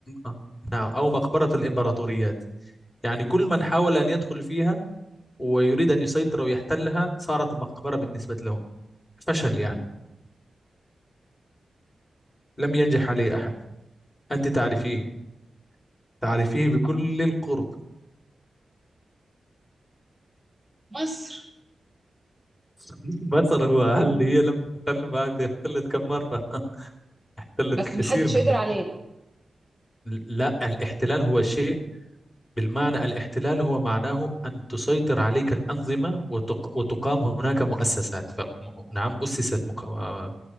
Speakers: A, on the left; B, in the centre.
A: آه، نعم أو مقبرة الإمبراطوريات يعني كل من حاول أن يدخل فيها ويريد أن يسيطر ويحتلها صارت مقبرة بالنسبة له فشل يعني لم ينجح عليه أحد أنت تعرفيه تعرفيه بكل القرب
B: مصر
A: <laughs> مصر هو هل هي لم تحتل بعد احتلت كم مرة <laughs> احتلت
B: بس
A: كثير
B: محدش
A: من
B: قدر
A: نبوء
B: علينا
A: لا الاحتلال هو شيء بالمعنى الاحتلال هو معناه أن تسيطر عليك الأنظمة وتق... وتقام هناك مؤسسات ف... م- نعم أسست مق... آه،